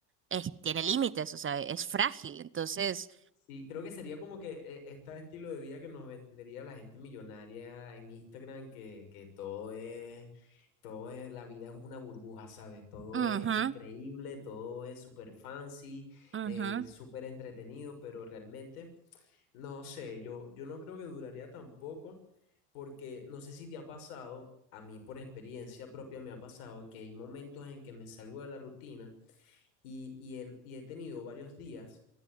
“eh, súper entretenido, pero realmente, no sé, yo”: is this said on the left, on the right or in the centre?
Left